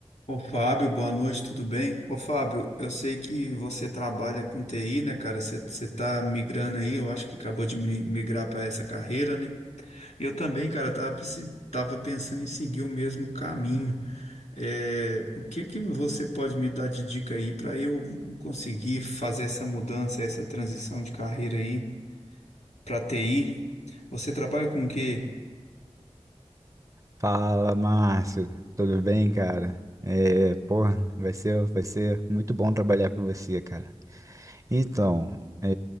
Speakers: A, on the left; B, on the right.
A: Ô Fábio, boa noite, tudo bem? Ô Fábio, eu sei que você trabalha com TI, né, cara? Você você tá migrando aí, eu acho que acabou de mi- migrar para essa carreira, né? Eu também, cara, tava, preci- tava pensando em seguir o mesmo caminho. É, o que que você pode me dar de dica aí para eu conseguir fazer essa mudança, essa transição de carreira aí para TI? Você trabalha com o quê?
B: Fala, Márcio. Tudo bem, cara? É, pô, vai ser, vai ser muito bom trabalhar com você, cara. Então, é,